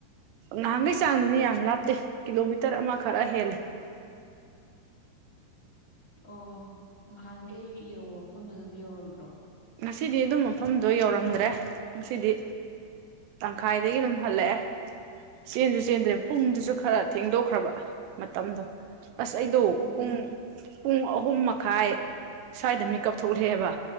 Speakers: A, on the right; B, on the left.
A: ꯅꯍꯥꯟꯒꯩ ꯆꯥꯡꯗꯨꯅꯤ ꯌꯥꯝ ꯂꯥꯞꯇꯦ ꯀꯤꯂꯣꯃꯤꯇꯔ ꯑꯃ ꯈꯔ ꯍꯦꯜꯂꯦ
B: ꯑꯣ ꯅꯍꯥꯟꯈꯩ ꯌꯧꯕ ꯃꯐꯝꯗꯣ ꯑꯗꯨꯝ ꯌꯧꯔꯝꯕ꯭ꯔꯣ
A: ꯉꯁꯤꯗꯤ ꯑꯗꯨꯝ ꯃꯐꯝꯗꯣ ꯌꯧꯔꯝꯗ꯭ꯔꯦ ꯉꯁꯤꯗꯤ ꯇꯪꯈꯥꯏꯗꯒꯤ ꯑꯗꯨꯝ ꯍꯜꯂꯛꯑꯦ ꯆꯦꯟꯁꯨ ꯆꯦꯟꯗ꯭ꯔꯦ ꯄꯨꯡꯗꯨꯁꯨ ꯈꯔ ꯊꯦꯡꯗꯣꯛꯈ꯭ꯔꯕ ꯃꯇꯝꯗꯣ ꯑꯁ ꯑꯩꯗꯣ
B: ꯎꯝ
A: ꯄꯨꯡ ꯄꯨꯡ ꯑꯍꯨꯝ ꯃꯈꯥꯏ ꯁ꯭ꯋꯥꯏꯗ ꯃꯤꯀꯞ ꯊꯣꯛꯂꯑꯦꯕ